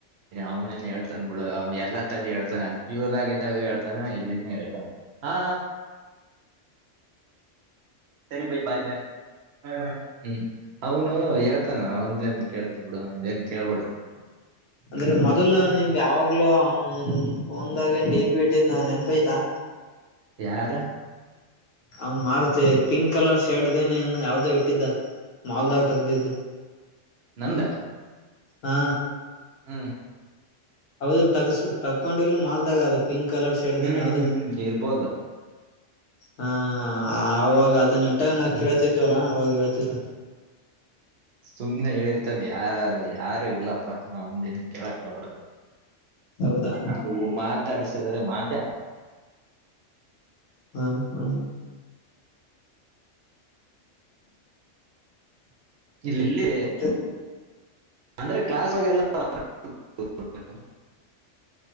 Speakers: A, on the right (about 65°); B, on the left (about 70°).
A: ಅವ್ನೇನ್ ಹೇಳ್ತನ್ ಬಿಡ ಅವ್ ಎಲ್ಲತ್ತ ಅಲ್ಲಿ ಹೇಳ್ನ ಅಲ್ಲಿ ಪ್ಯೂರ್ ಆಗಿದ್ದಾಗ ಹೇತಾನ ಇಲ್ಲಿನೂ ಹೇಳ್ತಾನ ಹಾ ತರಿ ಬ ಬಾಯ ಬಾಯ ಹ ಹ್ಮ್ ಅವನು ಹೇಳ್ತಾನ ಅವನ್ ನನ್ ಕೇಳ್ತಿ ಬಿಡ ನೇನ್ ಕೇಳ್ಬಿಡ
B: ಅಂದ್ರೆ ಮೊದಲು ನಿನ್ ಯಾವಾಗ್ಲೂನ್ ಒಂದಾಗೇನ್ ಡಿ ಪಿ ಇಟ್ಟಿದ್ ನಾವ್ ನೆನ್ಪಯ್ತಾ
A: ಯಾರು
B: ಅವನ್ ಮಾರತಿ ಪಿಂಕ್ ಕಲರ್ ಶರ್ಡ್ ಏನ ಏನು ಯಾವ್ದೋ ಇಟ್ಟಿದ್ದ ಮಾಲ್ದಾಗ ತಗ್ದಿದ್ದು
A: ನಂದ
B: ಹಾ
A: ಹ್ಮ್
B: ಹೌದ ಇಲ್ ತಗಸು ತಗಕೊಂಡಿಲ್ಲು ಮಾಲ್ದಾಗ ಅದು ಪಿಂಕ್ ಕಲರ್ ಸೇಡದನೆ
A: ಹ್ಮ್
B: ದ
A: ಹ್ಮ್ ಇರ್ಬೋದು
B: ಹಾ ಅವಾಗ ಅದನ್ನ ಇಟ್ಟಾಗ ನಾ ಕೇಳ್ತಿದವಲ್ಲ ಅವಾಗ ಹೇಳ್ತಿದ್ದ
A: ಸುಮ್ನೆ ಹೇಳಿರ್ತಾನೆ ಯ ಯಾರು ಇಲ್ಲಪ್ಪ ಒಂದ ಕೆೇಳಕ್ಬಳ
B: ಹೌದಾ
A: ನ ಮಾತಾಡ್ಸಿದ ಮಾತೆ
B: ಹಾ ಹಾ
A: ಇಲ್ಲಿ ಇಲ್ಲಿ
B: ಮತ್ತೆ
A: ಅಂದ್ರೆ ಕ್ಲಾಸ್ಗೆಲ್ಲ <unintelligible> ಕ <unintelligible>